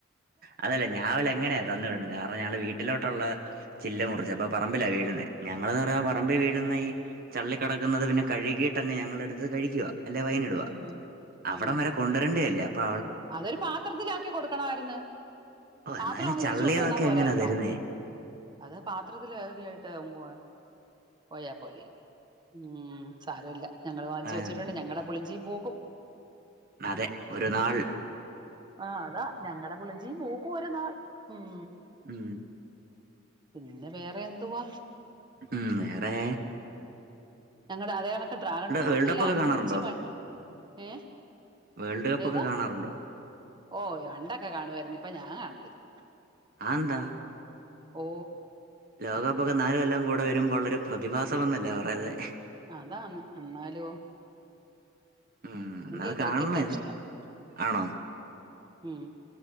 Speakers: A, on the right (about 50°); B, on the right (about 25°).
A: അതല്ലേ ഞാവൽ എങ്ങനെയാ തന്നു വിടുന്നത് കാരണം ഞങ്ങടെ വീട്ടിലോട്ടുള്ള- ചില്ല മുറിച്ച അപ്പോൾ പറമ്പിലാണ് വീഴുന്നത് ഞങ്ങളന്ന് പറയാ പറമ്പിൽ വീഴുന്ന ഈ ചള്ളി കടക്കുന്നത് പിന്നെ കഴുകി. ഞങ്ങളെടുത്ത് കഴിക്കുക അല്ലെ വയിനിടുവ
B: ഉം
A: അവിടം
B: ഉം
A: വരെ കൊണ്ട്രെണ്ടി വരില്ലേ അപ്പോ
B: അതൊരു പാത്രത്തിലാക്കി കൊടുക്കണായിര്ന്ന്
A: ഓ
B: പത്രം
A: എന്നാലും
B: അങ്ങ്
A: ചള്ളിയതൊക്കെ
B: തിരിച്ചു കൊണ്ട് വന്നാ പോരായിരുന്നോ
A: എങ്ങനാ തരുന്നേ
B: അത് ആ പാത്രത്തിലാക്കിയിട്ട് ഉമ്‌വ പോയ പോരേ ഉം സാരോല്ല ഞങ്ങള് വാങ്ങിച്ചു
A: ആഹ്
B: വെച്ചിട്ടുണ്ട് ഞങ്ങളുടെ പുളിഞ്ജി യും പൂക്കും
A: അതെ ഒരു നാൾ
B: ആ് അതാ ഞങ്ങളടെ പുളിഞ്ചീ പുക്കും ഒരു നാൾ ഉം
A: ഉം
B: പിന്നെ വേറെ എന്തുവാ
A: ഉം വേറേ
B: ഞങ്ങളുടെ അത കണക്ക് ഡ്രാഗൺ ഫ്രൂട്ടില്
A: വേൾഡ് കപ്പൊക്കെ
B: അഞ്ച്
A: കാണാറുണ്ടോ
B: പഴി ഏ
A: വേൾഡ് കപ്പ്
B: ഏതാ
A: ഒക്കെ കാണാറുണ്ടോ
B: ഓ വണ്ടൊക്കെ കാണുവായിരുന്നു ഇപ്പൊ ഞാൻ കാണത്തില്ല
A: അഎന്താ
B: ഓ
A: ലോകകപ്പ് ഒക്കെ നാലു കൊല്ലം കൂടെ വരുമ്പോ ഉള്ളൊരു പ്രതിഭാസമെന്നല്ലേ പറയ്ന്നെ
B: അതാന്ന് എന്നാലോ
A: ഉം
B: ന്ക്ക്
A: അത്
B: ക്രിക്കറ്റാ
A: കാണണം ഇത്
B: ഇഷ്ടം
A: ആണോ
B: ഉം